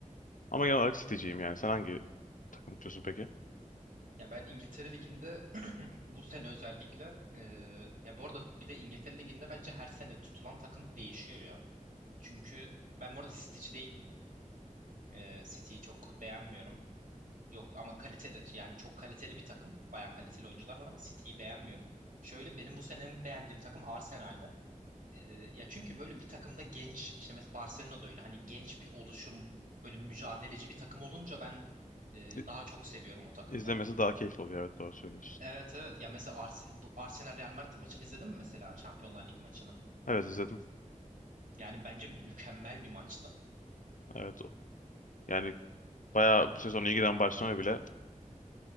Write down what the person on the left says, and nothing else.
Ama genel olarak City'ciyim yani. Sen hangi takım tutuyorsun peki?
İ-
İzlemesi daha keyifli oluyor. Evet doğru söylüyorsun.
Evet izledim.
Evet. o- Yani bayağı bu sezon iyi giden Barcelona'yı bile